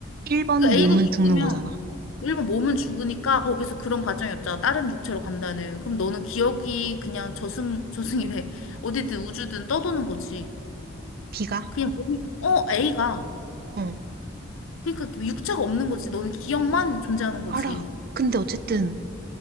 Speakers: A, on the right; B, on the left.
A: 1번
B: 그 A는
A: 몸은
B: 죽으면
A: 죽는 거잖아.
B: 일본 몸은 죽으니까 거기서 그런 가정이 없잖아. 다른 육체로 간다는. 그럼 너는 기억이 그냥 저승 저승이래. 어디든 우주든 떠도는 거지.
A: B가?
B: 그냥 몸이 어 A가
A: 어,
B: 그러니까 육체가 없는 거지. 너는 기억만 존재하는 거지.
A: 알아. 근데 어쨌든